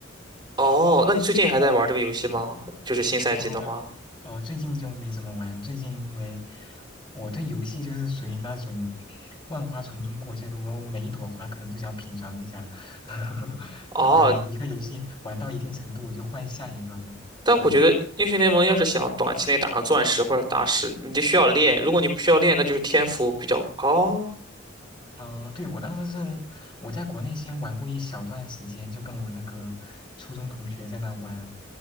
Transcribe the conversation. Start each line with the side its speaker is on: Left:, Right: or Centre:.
Right: 哦，那你最近还在玩这个游戏吗？就是新赛季的话，
Left: 哦，哦，最近就没怎么玩。最近因为我对游戏就是属于那种万花丛中过，就我每一朵花可能都想品尝一下，<laughs>
Right: 哦，
Left: 就可能一个游戏玩到一定程度，我就换下一个了。
Right: 但我觉得英雄联盟要是想短期内打上钻石或者大师，
Left: 对。
Right: 你就需要练。如果你不需要练，那就是天赋比较高，
Left: 嗯，对，我当时是我在国内先玩过一小段时间，就跟我那个初中同学在那玩，